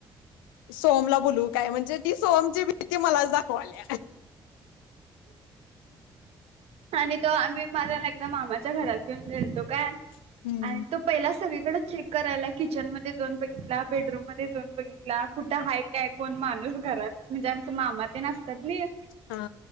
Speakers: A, on the left; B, on the right.
A: सोहम ला बोलवू काय म्हणजे ती सोहम ची भीती ते मला दाखवाले.
B: आणि तो आम्ही माझ्याला एकदा मामाच्या घरात घेऊन गेलतो काय
A: हम्म
B: आणि तो. पहिला सगळीकडें चेक करायला किचनमध्ये जाऊन बघितला बेडरूम म जाऊन बघितला. कुठं हाय काय कोण माणूस घरात म्हणजे आमच मामा ते नसतात ना.
A: हा.